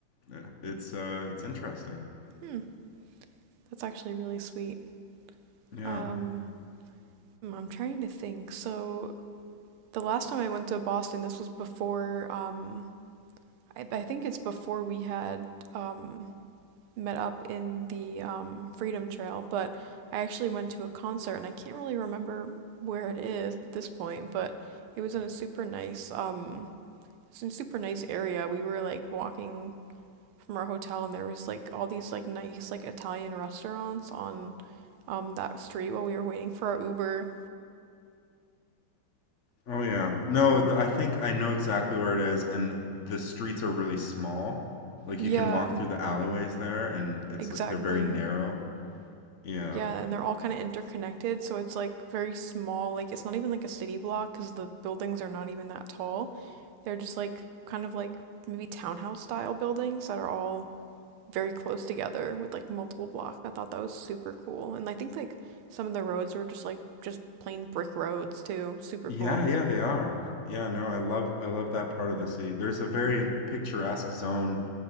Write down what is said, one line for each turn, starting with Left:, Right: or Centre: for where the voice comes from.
Left: it- it's uh it's interesting.
Right: Hmm. That's actually really sweet.
Left: Yeah.
Right: Um, hmm, I'm trying to think. So the last time I went to Boston, this was before um I, I think it's before we had um met up in the um, Freedom Trail, but I actually went to a concert and I can't really remember where it is at this point, but it was in a super nice um it's in a super nice area. We were like walking from our hotel and there was like all these like nice like Italian restaurants on um that street while we were waiting for our Uber.
Left: Oh yeah. No, th I think I know exactly where it is and the streets are really small. Like
Right: Yeah,
Left: you can walk through the alleyways there and it's
Right: exactly.
Left: like they're very narrow. Yeah.
Right: Yeah, and they're all kind of interconnected, so it's like very small. Like it's not even like a city block because the buildings are not even that tall. They're just like kind of like maybe townhouse style buildings that are all very close together with like multiple blocks. I thought that was super cool. And I think like some of the roads were just like just plain brick roads too. Super
Left: Yeah,
Right: cool.
Left: yeah, they are. Yeah, no, I love I love that part of the city. There's a very picturesque zone